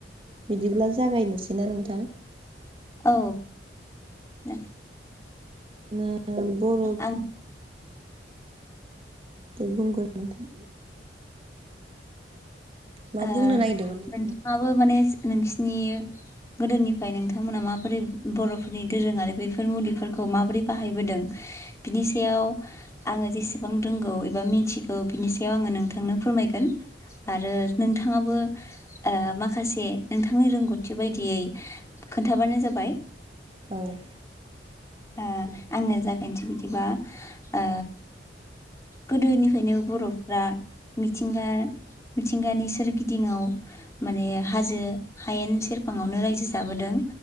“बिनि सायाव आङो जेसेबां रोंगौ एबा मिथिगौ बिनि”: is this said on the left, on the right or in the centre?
Left